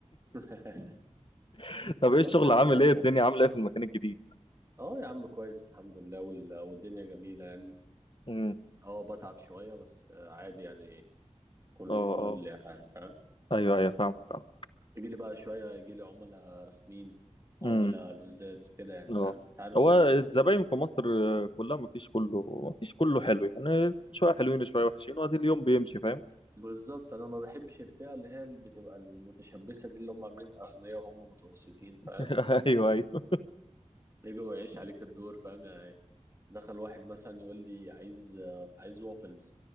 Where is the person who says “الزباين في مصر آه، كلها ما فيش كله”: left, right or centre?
Left